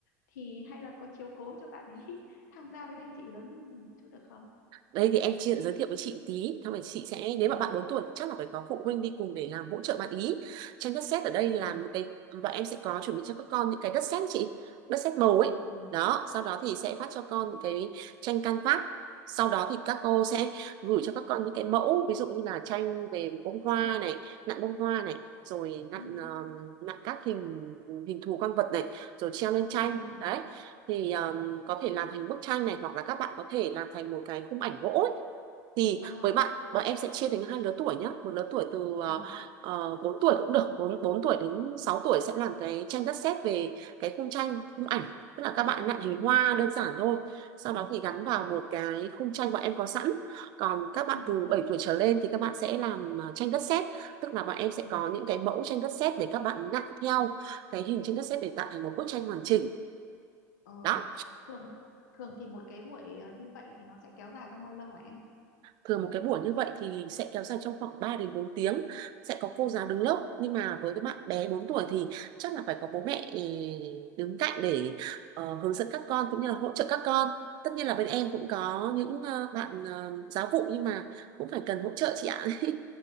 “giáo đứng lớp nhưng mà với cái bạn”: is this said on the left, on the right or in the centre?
Right